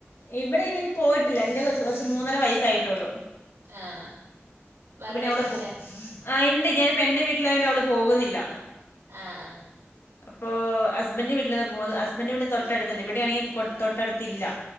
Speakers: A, on the left; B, on the right.
A: ഇവിടെ ഇന്ന് ഇനി പോയിട്ടില്ല എന്റെ കൊച്ച് കൊച്ച് മൂന്നര വയസ്സായിട്ടുള്ളു
B: ആഹ് വാലവാടിക്ക്പോണില്ലേ
A: അവള് പോ ആ ഇണ്ട് ഞാനിപ്പെന്റെ വീട്ടിലായൊണ്ട് അവള് പോകുന്നില്ല
B: ആഹ് ആഹ്
A: അപ്പൊ ഹസ്ബന്റ് വീട്ടിൽന്നാ പോകുന്നത് ഹസ്ബന്റിന്റെ വീടിന്ന് തൊട്ടടുത്തുണ്ട് ഇവിടെയാണെങ്കി തൊട്ടടുത്തില്ല